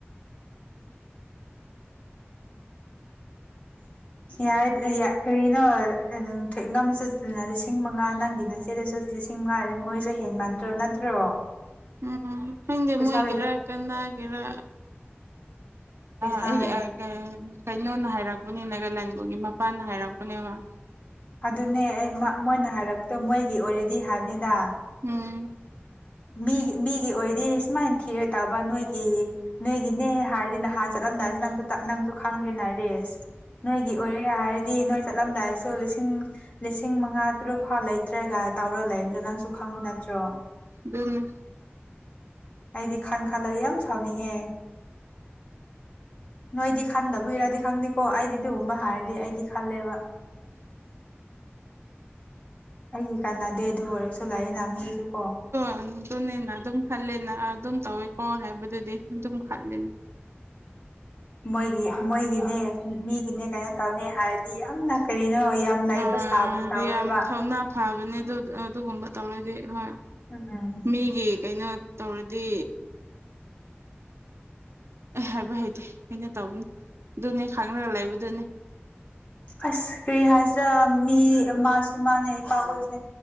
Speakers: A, on the left; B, on the right.
A: ꯌꯥ ꯌꯥ ꯀꯔꯤꯅꯣ ꯊꯦꯛ ꯉ ꯑꯃ ꯆꯠꯁꯤ ꯂꯤꯁꯤꯡ ꯃꯉꯥ ꯅꯪꯒꯤꯅ ꯁꯤꯗꯁꯨ ꯂꯤꯁꯤꯡ ꯃꯉꯥꯗ ꯃꯣꯏꯁꯨ ꯍꯦꯟ ꯃꯥꯟꯗ꯭ꯔꯣ ꯅꯠꯇ꯭ꯔꯣ
B: ꯎꯝ ꯈꯪꯗꯦ
A: ꯄꯩꯁꯥ
B: ꯃꯣꯏꯒꯦꯔꯥ
A: ꯂꯩ
B: ꯀꯅꯥꯒꯦꯔꯥ
A: ꯄꯩꯁꯥ
B: ꯑꯩ
A: ꯂꯩ
B: ꯀꯩꯅꯣꯅ ꯍꯥꯏꯔꯛꯄ ꯃꯅꯤ ꯅꯥꯒꯥꯂꯦꯟꯈꯒꯤ ꯃꯄꯥꯟ ꯍꯥꯏꯔꯛꯄꯅꯦꯕ
A: ꯑꯗꯨꯅꯦ ꯑꯩ ꯃꯣꯏꯅ ꯍꯥꯏꯔꯛꯄꯗꯣ ꯃꯣꯏꯒꯤ ꯑꯣꯏꯔꯦꯗꯤ ꯍꯥꯏꯕꯅꯤꯗ
B: ꯎꯝ
A: ꯃꯤꯒꯤ ꯃꯤꯒꯤ ꯑꯣꯏꯗꯤꯦ ꯏꯁꯃꯥꯟ ꯊꯤꯔꯦ ꯇꯕ ꯅꯣꯏꯒꯤ ꯅꯣꯏꯒꯤꯅꯦ ꯍꯥꯏꯔꯗꯤ ꯅꯍꯥꯟꯅ ꯆꯠꯂꯝꯗꯥꯏꯁꯤ ꯅꯪꯁꯨ ꯅꯪꯁꯨ ꯈꯪꯈ꯭ꯔꯦꯅ ꯔꯦꯁ ꯅꯣꯏꯒꯤ ꯑꯣꯏꯔꯦ ꯍꯥꯏꯔꯗꯤ ꯅꯣꯏ ꯆꯠꯂꯝꯗꯥꯏꯁꯨ ꯂꯤꯁꯤꯡ ꯂꯤꯁꯤꯡ ꯃꯉꯥ ꯇꯔꯨꯛ ꯐꯥ ꯂꯩꯇ꯭ꯔꯒ ꯇꯥꯎꯔ ꯂꯩꯕꯗꯣ ꯅꯪꯁꯨ ꯈꯪꯕ ꯅꯠꯇ꯭ꯔꯣ
B: ꯑꯗꯨꯅꯦ
A: ꯑꯩꯗꯤ ꯈꯥꯟ ꯈꯜꯂꯒ ꯌꯥꯝ ꯁꯥꯎꯅꯤꯡꯉꯦ ꯅꯣꯏꯗꯤ ꯈꯥꯟꯗꯕ ꯀꯨꯏꯔꯗꯤ ꯈꯪꯗꯦꯀꯣ ꯑꯩꯗꯤꯒꯨꯝꯕ ꯍꯥꯏꯔꯗꯤ ꯑꯩꯗꯤ ꯈꯜꯂꯦꯕ ꯑꯩꯒꯤ ꯀꯥꯟꯅꯗꯦ ꯑꯗꯨ ꯑꯣꯏꯔꯁꯨ ꯂꯥꯛꯏꯅ ꯃꯤꯁꯦꯀꯣ
B: ꯑ ꯗ ꯗꯣꯅꯤꯅ ꯗꯝꯈꯥꯂꯅ ꯑꯗꯨꯝ ꯇꯧꯋꯦꯀꯣ ꯍꯥꯏꯕꯗꯨꯗꯤ ꯑꯗꯨꯝ ꯈꯜꯂꯤꯅꯦ
A: ꯃꯣꯏꯒꯤ ꯃꯣꯏꯒꯤꯅꯦ ꯃꯤꯒꯤꯅꯦ ꯀꯩꯅꯣ ꯇꯧꯅꯤ ꯍꯥꯏꯔꯗꯤ ꯌꯥꯝꯅ ꯀꯔꯤꯅꯣ ꯌꯥꯝ ꯂꯩꯕ
B: ꯍꯣꯏ
A: ꯁꯥꯕ ꯇꯧꯋꯦꯕ
B: ꯌꯥꯝ ꯊꯧꯅꯥ ꯐꯕꯅꯦ ꯑꯗꯨ ꯑꯗꯨꯒꯨꯝꯕ ꯇꯧꯔꯗꯤ ꯍꯣꯏ
A: ꯎꯝ
B: ꯃꯤꯒꯤ ꯀꯩꯅꯣ ꯇꯧꯔꯗꯤ ꯑꯦ ꯍꯥꯏꯕ ꯍꯥꯏꯩꯇꯦ ꯀꯩꯅꯣ ꯇꯧꯕꯅꯤ ꯑꯗꯨꯅꯦ ꯈꯥꯡꯅꯔꯒ ꯂꯩꯕꯗꯨꯅꯦ
A: ꯑꯁ ꯀꯔꯤ ꯍꯥꯏꯁꯤꯔ ꯃꯤ ꯃꯥꯁꯨ ꯃꯥꯅꯦ ꯄꯥ ꯑꯣꯏꯁꯅꯦ